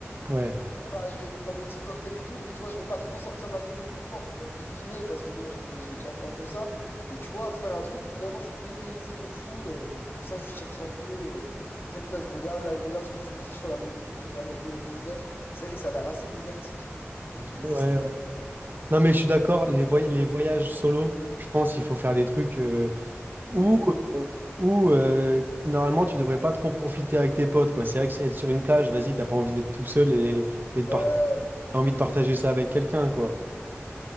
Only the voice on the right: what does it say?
Ouais.
Ouais,
ouais.
Non, mais je suis d'accord, les voy- les voyages solo, je pense qu'il faut faire des trucs. euh, Ou,
euh, ou euh, normalement, tu devrais pas trop profiter avec tes potes, quoi. C'est vrai que c'est être sur une plage, vas-y, t'as pas envie d'être tout seul et, et de
par- t'as envie de partager ça avec quelqu'un, quoi.